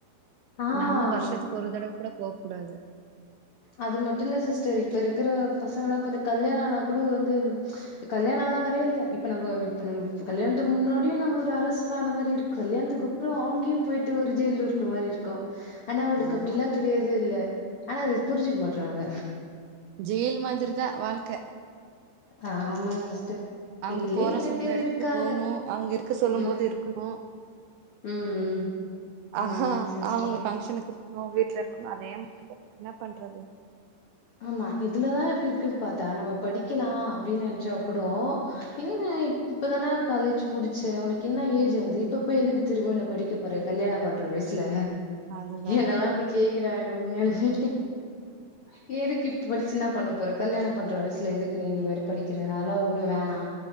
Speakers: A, on the left; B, on the right.
A: ஆ
B: நம்ம வருஷத் ஒரு தடவ கூட போகூடாது
A: அது மட்டு இல்ல சிஸ்டர் இப்ப இருக்கிற பசங்க லா இப்ப கல்யாண ஆனா கூட வந்து கல்யாண ஆன மாரியே இல்ல இப்ப நம்ம இப்ப நம்ம கல்யாணத்துக்கு முன்னாடியு நம்ம ஒரு அஸ்ட் ஆன மாரி இருக் கல்யாணத்துக்கு அப்றோ அங்கியு போயிட்டு ஒரு ஜெயில் இருக்க மாரி இருக்கு கு ஆனா அவுளுக்கு
B: ஆமா
A: அப்டிலா கிடையாதே இல்ல ஆனா அது புரிஞ்சிக்க மாட்றாங்க
B: ஜெயில் மாதிரி தா வாழ்க்க
A: ஆமாங்க சிஸ்டர்
B: அவங்க
A: இதுலயே
B: போற
A: நெறைய
B: சொல்ற
A: பேர்
B: இடத்துக்கு
A: இருக்காங்க
B: போணு அவங்க இருக்க சொல்லும்
A: ம்
B: போது இருக்கணு
A: ம் ம்
B: அஹா
A: ஆமாங்க சிஸ்டர்
B: அவுங்க பங்க்ஷனுக்கு நோ வீட்டுல இருக்கணு அதே மாரிதா என்ன பண்றது
A: ஆமா இதுலதா இப்டி இருக்குன்னு பார்த்தா நம்ம படிக்கலா அப்டின் நெனச்சா கூடோ இன்ன இப்பதான காலேஜ் முடிச்ச உனக்கு என்ன ஏஜ் ஆவுது இப்ப போய் எதுக்கு திரும ந படிக்க ஒரு கல்யாணம் பண்ற வயசுல
B: அதுதா
A: என்னல்லா அப்டி கேக்குறாங்க உண்மையாலுமே நீ எதுக்கு இப்ப படிச்சு என்னா பண்ண போற கல்யாணம் பண்ற வயசுல எதுக்கு நீ இந்த மாரி படிக்கிற அதெல்லா ஒண்ணு வேணா